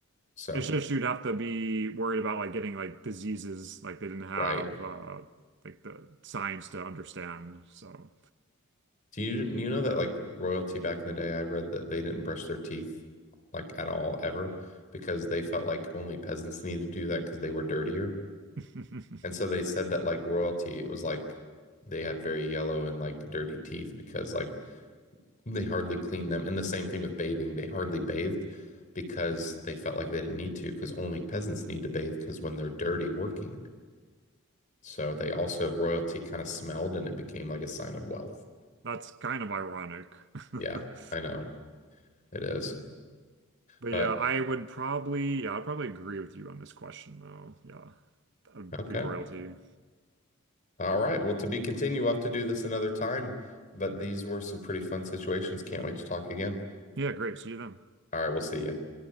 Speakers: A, on the left (about 35°); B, on the right (about 50°).
A: So,
B: It's just you'd have to be worried about like getting like diseases like they didn't have
A: right,
B: uh like the science to understand. So
A: Do you you know that like royalty back in the day, I read that they didn't brush their teeth like at all ever because they felt like only peasants needed to do that because they were dirtier.
B: <laughs>
A: And so they said that like royalty, it was like they had very yellow and like dirty teeth because like they hardly cleaned them. And the same thing with bathing, they hardly bathed because they felt like they didn't need to because only peasants need to bathe because when they're dirty working. So they also royalty kind of smelled and it became like a sign of wealth.
B: that's kind of ironic.
A: Yeah,
B: <laughs>
A: I know it is.
B: But
A: But
B: yeah, I would probably yeah, I'd probably agree with you on this question though. Yeah. That would
A: Okay.
B: be royalty.
A: All right. Well, to be continued, we'll have to do this another time. But these were some pretty fun situations. Can't wait to talk again.
B: Yeah, great. See you then.
A: All right. We'll see you.